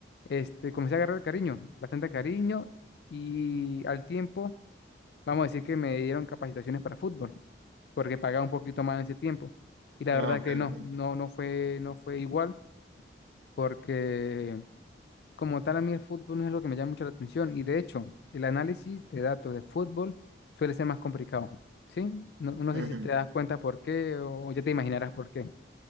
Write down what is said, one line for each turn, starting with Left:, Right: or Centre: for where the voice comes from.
Left: este, comencé a agarrar cariño, bastante cariño, y al tiempo, vamos a decir que me dieron capacitaciones para fútbol, porque pagaba un poquito más en ese tiempo. Y la
Right: Ah,
Left: verdad
Right: ok,
Left: que no,
Right: ok.
Left: no, no fue, no fue igual, porque como tal a mí el fútbol no es lo que me llama mucho la atención, y de hecho, el análisis de datos de fútbol suele ser más complicado, ¿sí? No, no
Right: Ujú.
Left: sé si te das cuenta por qué o ya te imaginarás por qué.